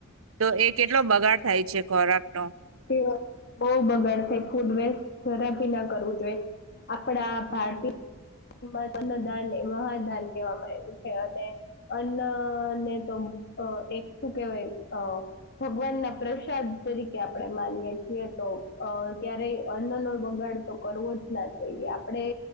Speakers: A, on the right; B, on the left.
A: તો એ કેટલો બગાડ થાય છે ખોરાકનો.
B: તે બઉ બગાડ થાય ફૂડ વેસ્ટ જરા ભી ના કરવું જોઈએ, આપણા ભારતીય <inaudible> અન્નદાન, એ મહાદાન કહેવામાં આઇવુ છે અને અન્નને તો એક શું કેહેવાય અ ભગવાનના પ્રસાદ તરીકે આપ આપણે માનીએ છીએ તો, અ ક્યારે અન્નો બગાડ તો કરવો જ ના જોઈએ, આપણેે